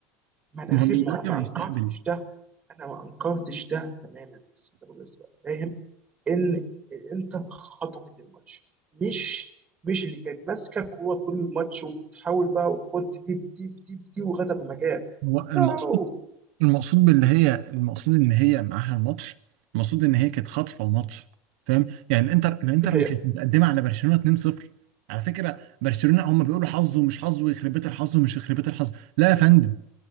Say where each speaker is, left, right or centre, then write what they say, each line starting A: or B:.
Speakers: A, on the right; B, on the right.
A: ما انا
B: ما
A: اخي
B: هو اللي
A: ما
B: يضيع
A: ما
B: يستقبل
A: انكرتش ده انا ما انكرتش ده تماما بس انت برضه لسه فاهم ان الانتر خطفت الماتش مش مش اللي كانت ماسكه كوره طول الماتش وبتحاول بقى وخد دي دي دي دي لغايه ما جاب
B: هو المقصود
A: نو
B: المقصود باللي هي المقصود ان هي معاها الماتش المقصود ان هي كانت خاطفه الماتش فاهم يعني الانتر الانتر
A: دي هي
B: ما كانت متقدمه على برشلونه 2-0 على فكره برشلونه هم بيقولوا حظ ومش حظ ويخرب بيت الحظ ومش يخرب بيت الحظ لا يا فندم